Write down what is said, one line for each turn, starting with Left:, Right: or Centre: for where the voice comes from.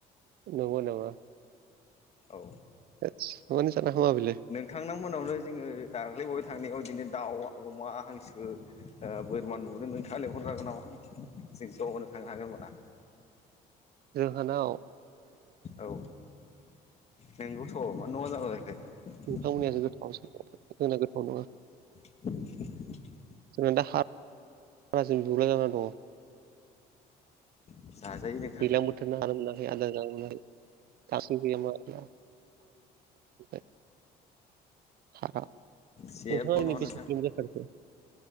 Right: नगौ नामा।
Left: औ
Right: होदथस‌ मानो जानो हामा बेलाय
Left: नोंथांनाव मोननावनो जोंङो दाखोलै बावै थांनायाव बिदिनो दाउ अमा हांसो बोरमा नुबोदों नोंथांङा लेंहरन जागोन नामा जों ज' होनो थांनो हागोन होनबाना
Right: जोंहानाय
Left: औ नंगौथ मा नंङा जाला बायगोन।
Right: थावनियासो गोथाव जोंना गोथाव नंङा
Left: <inaudible>
Right: जोंना दा ह हाराजों बुलाय जानानै दंङो
Left: जायो <unintelligible>
Right: दैलां बोथोरना <unintelligible> आदार जागोनालाय गासै गैया मस्ला <unintelligible> <unintelligible> <unintelligible>
Left: जेबो नङा नोंथां